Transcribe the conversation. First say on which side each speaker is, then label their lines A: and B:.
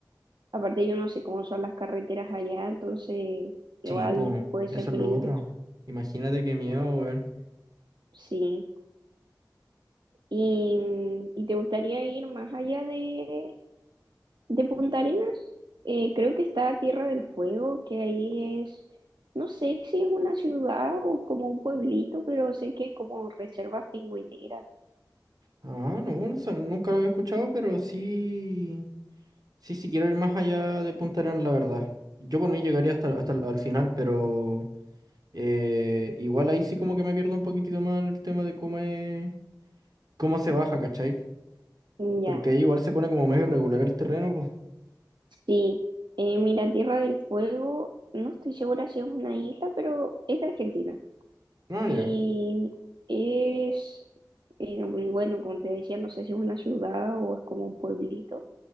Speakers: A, on the right (about 75°); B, on the right (about 55°).
A: aparte yo no sé cómo son las carreteras allá, entonces igual
B: Sí, pum,
A: puede ser
B: eso
A: peligroso.
B: es lo otro. Imagínate qué miedo, weón.
A: Sí. ¿Y, y te gustaría ir más allá de, de Punta Arenas? Eh, creo que está Tierra del Fuego, que ahí es, no sé si es una ciudad o como un pueblito, pero sé que hay como reservas pingüineras.
B: Ah, no, no sé, nunca lo había escuchado, pero sí, sí, sí quiero ir más allá de Punta Arenas, la verdad. Yo por mí llegaría hasta, hasta el al final, pero eh, igual ahí sí como que me pierdo un poquitito más en el tema de cómo es, cómo se baja, ¿cachai?
A: Mm,
B: Porque
A: Ya,
B: ahí igual se pone como medio irregular el terreno, pues.
A: sí. Eh, mira, Tierra del Fuego, no estoy segura si es una isla, pero es de Argentina.
B: No,
A: Y
B: ya.
A: es, eh, bueno, como te decía, no sé si es una ciudad o es como un pueblito,